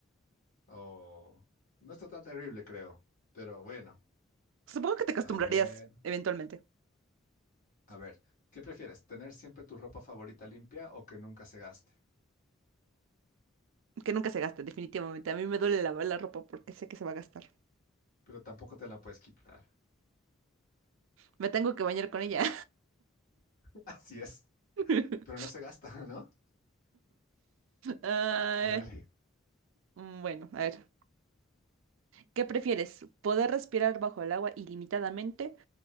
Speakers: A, on the left (about 40°); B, on the right (about 80°).
A: O no está tan terrible, creo. Pero bueno,
B: Supongo que te acostumbrarías
A: a ver,
B: eventualmente.
A: a ver, ¿qué prefieres? ¿Tener siempre tu ropa favorita limpia o que nunca se gaste?
B: Que nunca se gaste, definitivamente. A mí me duele lavar la ropa porque sé que se va a gastar.
A: Pero tampoco te la puedes quitar.
B: Me tengo que bañar con ella.
A: <laughs> Así es,
B: <laughs>
A: pero no se gasta, ¿no?
B: Ay,
A: Dale.
B: mm, bueno, a ver. ¿Qué prefieres? ¿Poder respirar bajo el agua ilimitadamente